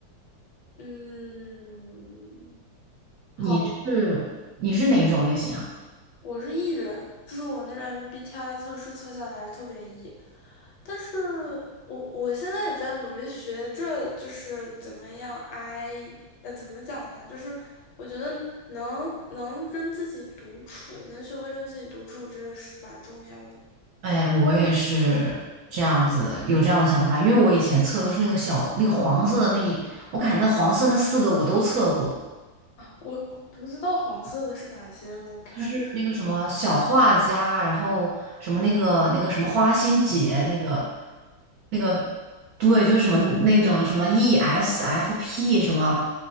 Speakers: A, on the left; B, on the right.
A: 嗯，好，
B: 你是你是哪一种类型啊？
A: 我是 E 人，就是我那个 MBTI 测试测下来特别 E，但是我我现在也在努力学着，就是怎么样 I，呃，怎么讲呢？就是我觉得能能跟自己独处，能学会跟自己独处，这个是蛮重要的。
B: 哎，我也是这样子，有这样的想法，因为我以前测都是那个小那个黄色的那一我感觉那黄色那四个我都测过，
A: 我不知道黄色的是哪些，我看一下。
B: 就是那个什么小画家，然后什么那个那个什么花心姐那个。那个对，就是什么那种什么 ESFP 什么